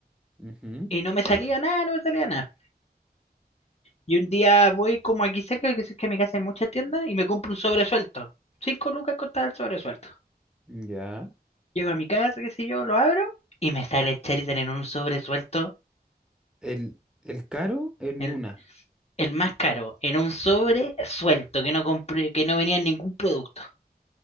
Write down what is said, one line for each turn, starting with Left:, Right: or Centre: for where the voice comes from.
Centre: Ujú,
Left: y no me salía nada, no me salía nada. Y un día voy como aquí cerca, que cerca de mi casa hay muchas tiendas, y me compro un sobre suelto. Cinco lucas costaba el sobre suelto.
Centre: Ya.
Left: Llego a mi casa, qué sé yo, lo abro, y me sale el Charizard en un sobre suelto,
Centre: El, el caro en
Left: el,
Centre: una.
Left: el más caro, en un sobre suelto, que no compré, que no venía en ningún producto,